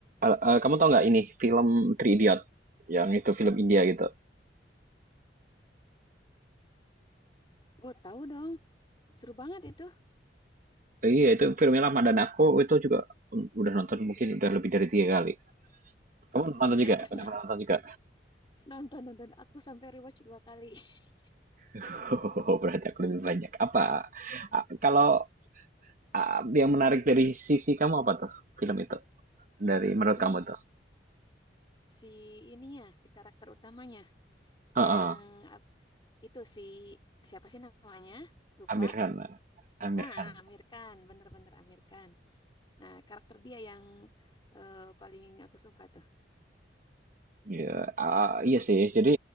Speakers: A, on the right; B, on the left.
A: Eh, eh, kamu tau nggak ini film Three Idiot yang itu film India gitu.
B: Oh, tahu dong. Seru banget itu.
A: Eh, iya itu filmnya lama dan aku itu juga mm, udah nonton mungkin udah lebih dari tiga kali. Kamu nonton
B: <laughs>
A: juga?
B: Bener.
A: Udah pernah nonton juga?
B: Nonton-nonton aku sampai rewatch dua kali. <laughs>
A: <laughs> Oh, berarti aku lebih banyak. Apa? ah, kalau ah, yang menarik dari sisi kamu apa tuh film itu? Dari menurut
B: Hmm,
A: kamu tuh?
B: si ininya, si karakter utamanya
A: Heeh,
B: yang ap- itu si siapa sih namanya? Lupa.
A: Amir Khan. Amir
B: Nah,
A: Khan.
B: Amir Khan, bener-bener Amir Khan. Nah, karakter dia yang eh, paling aku suka tuh.
A: Iya, ah, iya sih. Jadi